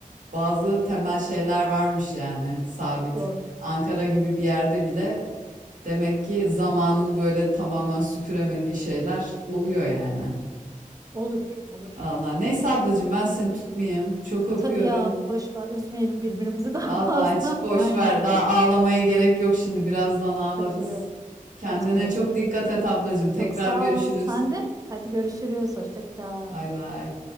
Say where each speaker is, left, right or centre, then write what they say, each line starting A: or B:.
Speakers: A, on the right; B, on the right.
A: bazı temel şeyler varmış yani sabit.
B: doğru,
A: Ankara gibi
B: doğru.
A: bir yerde bile demek ki zamanın böyle tamamen süpüremediği şeyler oluyor yani.
B: Olur, olur.
A: Vallahi neyse ablacığım ben seni tutmayayım. Çok öpüyorum.
B: Tabii ya boş ver üzmeyelim birbirimizi daha
A: Vallahi
B: fazla.
A: hiç boş
B: <laughs> Aynen
A: ver. Daha ağlamaya gerek yok şimdi. Birazdan ağlarız.
B: katılıyorum
A: Kendine
B: katılıyorum.
A: çok dikkat et ablacığım. Tekrar
B: Çok sağ
A: görüşürüz.
B: ol sen de. Hadi görüşürüz hoşça kal.
A: Bay bay.